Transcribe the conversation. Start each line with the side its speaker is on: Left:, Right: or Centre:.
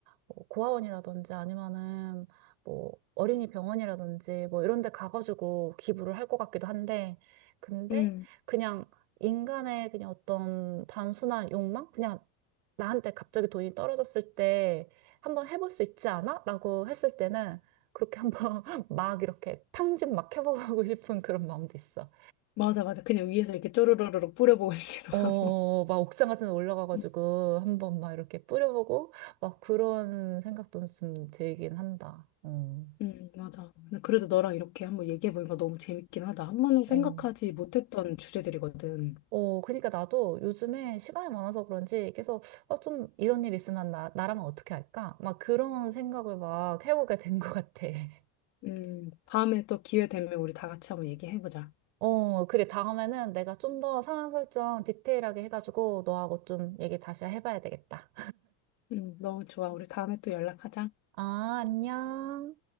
Right: 뭐 고아원이라든지 아니면은 뭐 어린이 병원이라든지 뭐 이런 데 가가지고 기부를 할 것 같기도 한데 근데
Left: 음,
Right: 그냥 인간의 그냥 어떤 단순한 욕망? 그냥 나한테 갑자기 돈이 떨어졌을 때 한번 해볼 수 있지 않아? 라고 했을 때는 그렇게 한번 <laughs> 막 이렇게 탕진 막 해보고 <laughs> 싶은 그런 마음도 있어.
Left: 맞아, 맞아. 그냥 위에서 이렇게 쪼르르르 뿌려보고 싶기도
Right: 어,
Left: <laughs> 하고.
Right: 막 옥상 같은 데 올라가가지고
Left: 음,
Right: 한번 막 이렇게 뿌려보고 막 그런 생각도 좀 들긴 한다. 어.
Left: 음, 맞아. 근데 그래도 너랑 이렇게 한번 얘기해보니까 너무 재밌긴 하다. 한 번도 생각하지
Right: 어,
Left: 못했던 주제들이거든.
Right: 어, 그러니까 나도 요즘에 시간이 많아서 그런지 계속 어, 좀 이런 일 있으면 나, 나라면 어떻게 할까? 막 그런 생각을 막 해보게 된 것 같아. <laughs>
Left: 음, 다음에 또 기회 되면 우리 다 같이 한번 얘기해보자.
Right: 어, 그래. 다음에는 내가 좀 더 상황 설정 디테일하게 해가지고 너하고 좀 얘기 다시 해봐야 되겠다.
Left: 음, 너무 좋아. 우리 다음에 또 연락하자.
Right: 아, 안녕.